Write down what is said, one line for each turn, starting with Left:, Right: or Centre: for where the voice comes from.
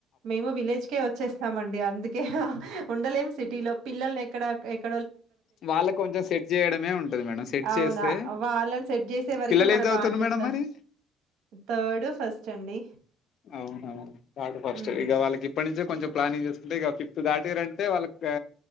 Right: మేము విలేజ్కే వచ్చేస్తామండి అందుకే ఉండలేం సిటీలో పిల్లల్ని ఎక్కడ
Left: వాళ్ళ కొంచెం సెట్ చేయడమే ఉంటది మేడం సెట్
Right: అవునా!
Left: చేస్తే
Right: వాళ్ళని సెట్ జేసే వరకే
Left: పిల్లలు
Right: మన
Left: ఏం చదువుతన్నారు
Right: బాధ్యత.
Left: మరీ ఎడ మరి
Right: థర్డ్ ఫస్ట్ అండి
Left: అవునవును కాడు ఫస్ట్
Right: హ్మ్.
Left: ఇక వాళ్ళకి ఇప్పటి నుంచి కొంచెం ప్లానింగ్ చేసుకుంటే ఇక ఫిఫ్త్ దాటిరంటే వాళ్ళకి